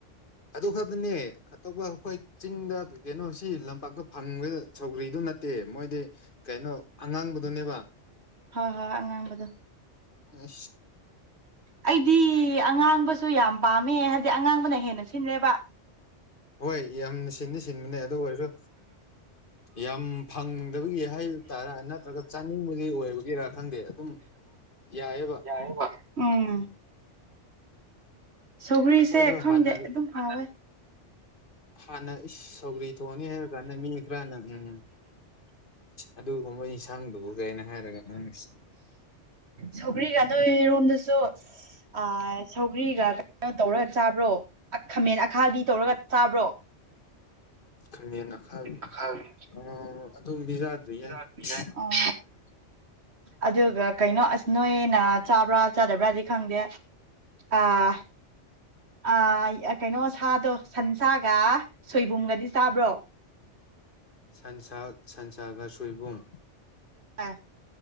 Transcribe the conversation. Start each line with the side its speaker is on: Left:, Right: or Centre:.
Left: ꯑꯗꯨ ꯈꯛꯇꯅꯦ ꯑꯇꯣꯞꯄ ꯑꯩꯈꯣꯏ ꯆꯤꯡꯗ ꯀꯩꯅꯣꯁꯤ ꯂꯝꯄꯥꯛꯇ ꯐꯪꯕꯗ ꯁꯧꯒ꯭ꯔꯤꯗꯨ ꯅꯠꯇꯦ ꯃꯣꯏꯗꯤ ꯀꯩꯅꯣ ꯑꯉꯥꯡꯕꯗꯨꯅꯦꯕ
Right: ꯍꯣꯏ ꯍꯣꯏ ꯑꯉꯥꯡꯕꯗ
Left: ꯑ
Right: ꯑꯩꯗꯤ ꯑꯉꯥꯡꯕꯁꯨ ꯌꯥꯝ ꯄꯥꯝꯃꯦ ꯍꯥꯏꯕꯗꯤ ꯑꯉꯥꯡꯕꯅ ꯍꯦꯟꯅ ꯁꯤꯜꯂꯦꯕ
Left: ꯍꯣꯏ ꯌꯥꯝꯅ ꯁꯤꯟꯗꯤ ꯁꯤꯟꯕꯅꯦ ꯑꯗꯨ ꯑꯣꯏꯔꯁꯨ ꯌꯥꯝ ꯐꯪꯗꯕꯒꯤ ꯍꯥꯏꯕ ꯇꯔꯥ ꯅꯠꯇ꯭ꯔꯒ ꯆꯥꯅꯤꯡꯕꯒꯤ ꯑꯣꯏꯕꯒꯤꯔꯥ ꯈꯪꯗꯦ ꯑꯗꯨꯝ ꯌꯥꯏꯑꯦꯕ
Right: ꯌꯥꯏꯦꯕ ꯎꯝ ꯁꯧꯒ꯭ꯔꯤꯁꯦ
Left: ꯑꯩꯈꯣꯏꯁꯨ
Right: ꯈꯪꯗꯦ
Left: ꯍꯥꯟꯅ
Right: ꯑꯗꯨꯝ ꯍꯥꯎꯋꯦ
Left: ꯍꯥꯟꯅ ꯁꯧꯒ꯭ꯔꯤ ꯊꯣꯡꯑꯅꯤ ꯍꯥꯏꯔ ꯀꯥꯟꯗ ꯃꯤ ꯈꯔꯅ ꯎꯝ ꯎꯝ ꯑꯗꯨꯒꯨꯝꯕ ꯌꯦꯟꯁꯥꯡꯗꯨꯕꯨ ꯀꯩꯅ ꯍꯥꯏꯔꯒ ꯅꯪ
Right: ꯁꯧꯒ꯭ꯔꯤꯒ ꯑꯗꯨ ꯌꯝꯗꯁꯨ ꯑ ꯁꯧꯒ꯭ꯔꯤꯒ ꯀꯩꯅꯣ ꯇꯧꯔꯒ ꯆꯥꯕ꯭ꯔꯣ ꯈꯥꯃꯦꯟ ꯑꯈꯥꯕꯤ ꯇꯧꯔꯒ ꯆꯥꯕ꯭ꯔꯣ
Left: ꯈꯃꯦꯟ ꯑꯈꯕꯤ
Right: ꯑꯈꯥꯕꯤ
Left: ꯑ ꯑꯗꯨꯝꯗꯤ ꯌꯥꯗ꯭ꯔꯤ ꯌꯥꯏ
Right: ꯑꯣ
Left: <inaudible>
Right: ꯑꯣ ꯑꯗꯨꯒ ꯀꯩꯅꯣ ꯑꯁ ꯅꯣꯏꯅ ꯆꯥꯕ꯭ꯔꯥ ꯆꯥꯗꯕ꯭ꯔꯥꯗꯤ ꯈꯪꯗꯦ ꯑꯥ ꯑ ꯀꯩꯅꯣ ꯁꯥꯗꯣ ꯁꯟꯁꯥꯒ ꯁꯣꯏꯕꯨꯝꯒꯗꯤ ꯆꯥꯕ꯭ꯔꯣ
Left: ꯁꯟꯁꯥ ꯁꯟꯁꯥꯒ ꯁꯣꯏꯕꯨꯝ
Right: ꯑ